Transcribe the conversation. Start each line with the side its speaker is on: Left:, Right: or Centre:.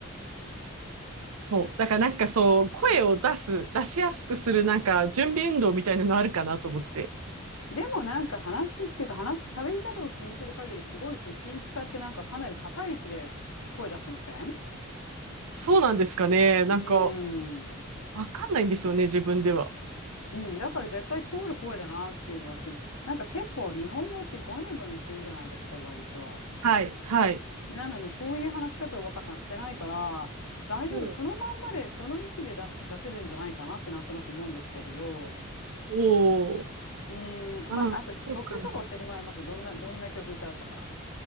Left: あ。
Right: そう。だからなんかそう、声を出す、出しやすくするなんか準備運動みたいなのあるかなと思って。
Left: でもなんか話っていうか話、喋り方を聞いてる限りすごい腹筋使ってなんかかなり高い位置で声出してません
Right: そうなんですかね。なんか、
Left: うーん。
Right: わかんないんですよね、自分では。
Left: うん、だから絶対通る声だなっていうのはき、なんか結構日本語ってゴニョゴニョするじゃないですか、割と。
Right: はい、はい。
Left: なのにそういう話し方を若さんしてないから大丈夫そのまんまでその位置で出す、
Right: うん。
Left: 出せるんじゃないかなってなんとなく思うんですけれど
Right: おー。
Left: うーんまああと曲とか教えてもらえますどんなどんな曲歌うとか
Right: あそうかな。